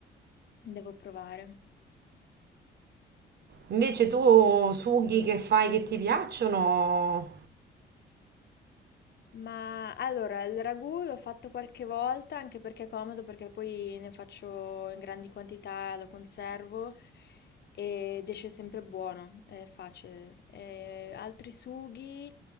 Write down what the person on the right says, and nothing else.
Invece tu sughi che fai che ti piacciono?